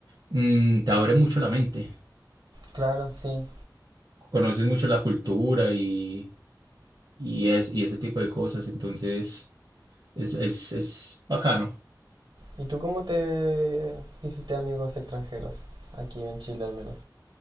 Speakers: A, on the right; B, on the right.
A: mm, te abre mucho la mente,
B: Claro, sí.
A: conoces mucho la cultura y, y, es, y ese tipo de cosas, entonces es, es, es bacano.
B: ¿Y tú cómo te hiciste amigos extranjeros? Aquí en Chile al menos.